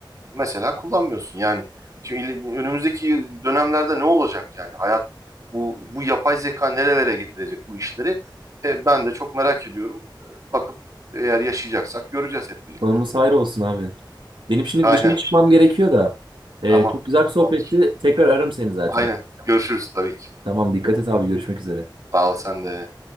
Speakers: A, on the right; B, on the right.
A: mesela kullanmıyorsun. Yani şimdi il- önümüzdeki dönemlerde ne olacak yani hayat bu bu yapay zeka nerelere getirecek bu işleri? E, ben de çok merak ediyorum. E, bakıp eğer yaşayacaksak göreceğiz hep birlikte.
B: Konumuz hayır olsun abi. Benim şimdi
A: Aynen.
B: bir dışarı çıkmam gerekiyor da. Ee,
A: Tamam.
B: çok güzel bir
A: Tamamdır.
B: sohbetti. Tekrar ararım seni zaten.
A: Aynen. Görüşürüz tabii ki.
B: Tamam dikkat et abi görüşmek üzere.
A: Sağ ol sen de.